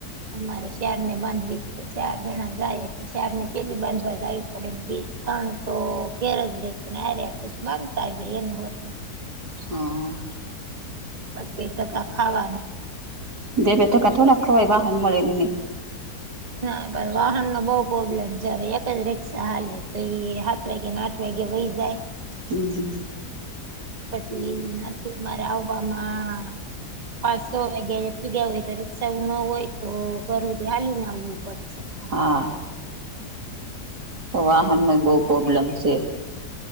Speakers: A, on the right (about 25°); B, on the right (about 70°).
A: અમારે શ્યાર ને બાંધવી ચાર જણા જાય છે શાર ને પેલી બાંધવા જ આવ આપ તણ તો ઘેર જ લે પણ આ ર્યાશ માનતા જ એને હોતી
B: હા
A: બસ કતાતા ખાવાનું
B: દે બેઠકાઠો રા આપ ખવાય બ હન મળલાને
A: ના પણ વાહન નો બઉ પ્રોબ્લેમ છે હવે એક જ રી્ષા હાલે તો એ સા વાગ્યાે ના આટ વાગે વઈ જાય
B: એમગ
A: પછી નથી અમારે આવવામાં પાંચસો વાગ્યા જે ત ગયા હોય તો રિક્ક્ષા એું ન હોય તો ઘરવુંધ હાલી નાવવું પડે
B: હા
A: છે
B: તો વાહન
A: એમ
B: નો બહુ પ્રોબ્લેમ છે